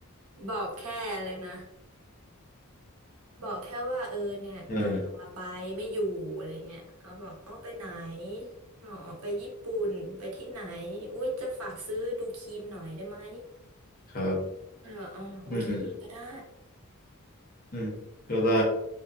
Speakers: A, on the right; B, on the left.
A: บอกแค่เลยนะบอกแค่ว่าเออเนี่ยจะลาไปไม่อยู่อะไรเงี้ยเขาบอกอ๋อไปไหน
B: <laughs> เออ
A: อ๋อไปญี่ปุ่นไปที่ไหนอุ้ยจะฝากซื้อดูครีมหน่อยได้ไหม
B: ครับ
A: ก็เลยบอกอ๋อโอเคก็ได้
B: อืมอืมก็ได้